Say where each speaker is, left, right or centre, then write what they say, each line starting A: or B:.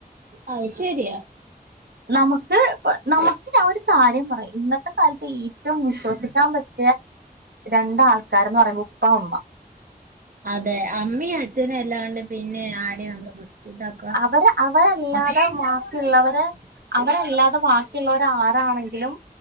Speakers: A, on the right; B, on the right.
A: അത് ശരിയാ
B: നമുക്ക് ഇപ്പ നമുക്ക്ഞ ഒരു കാര്യം പറയായും ഇന്നത്തെ കാലത്ത് ഏറ്റവും വിശ്വസിക്കാൻ പറ്റിയ രണ്ടാൾക്കാരന്ന് പറയുമ്പോ ഉപ്പ അമ്മ
A: അതെ അമ്മയും അച്ഛനും അല്ലാണ്ട് പിന്നെ ആരെയ നമ്മള്- കുറിച്ചിതാക്ക
B: അവരെ അവരല്ലാതെ
A: അവര്
B: മാ- ഉള്ളവരെ അവരല്ലാതെ ബാക്കിയുള്ളവർ ആരാണെങ്കിലും-